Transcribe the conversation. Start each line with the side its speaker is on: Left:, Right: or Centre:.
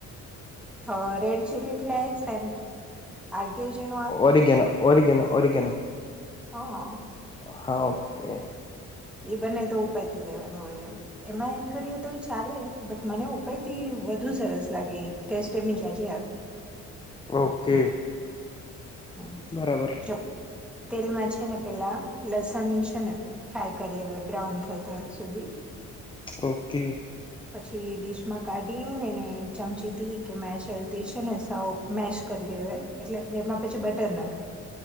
Centre: a red chilli flakes and આર્ગે જન
Left: ઓ ઘેનો ઓ ઘેનો ઓ ઘનો.
Centre: <inaudible>
Left: હા ઓકે્
Centre: એ બંને તો ઉપર થી લેવાનું હોય એમ. એમાં એડ કરીએ તો એ ચાલે બટ મને ઉપરથી વધુ સરસ લાગે એ ટેસ્ટ એમની જજે.
Left: ઓકે.
Centre: હમ
Left: બરાબર
Centre: જો તેલમાં છે ને પેલા લસણ છે ને ફ્રાય કરી લેવાય બ્રાઉન થાય ત્યાં સુધી.
Left: ઓકે.
Centre: પછી ડીશ માં કાઢી નેને ચમચી તથી કે મેચલતી છે ને સાઉ મેશ કરી લેવાય એટલે એમાં પછી બટર નાખાય